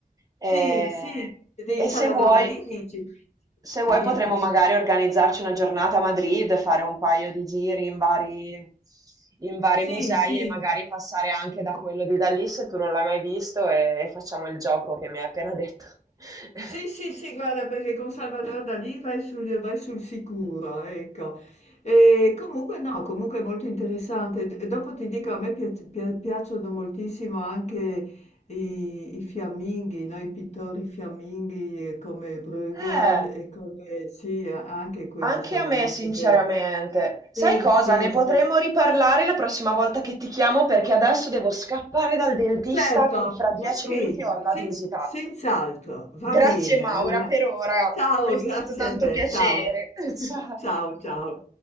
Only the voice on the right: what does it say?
E,
e
se vuoi...
Se vuoi
potremmo
magari organizzarci una giornata a Madrid, fare un paio di giri in vari, in vari
musei
e magari passare anche da quello di Dalì se tu non l'hai mai visto e, e facciamo il gioco che mi hai appena detto. <laughs>
Eh,
anche
a me,
sinceramente.
Sai
cosa?
Ne potremmo
riparlare la prossima volta che ti chiamo perché adesso devo scappare dal dentista
che fra dieci
minuti ho la
visita.
Grazie
Maura
per ora,
mi è stato
tanto
piacere.
<laughs> Ciao.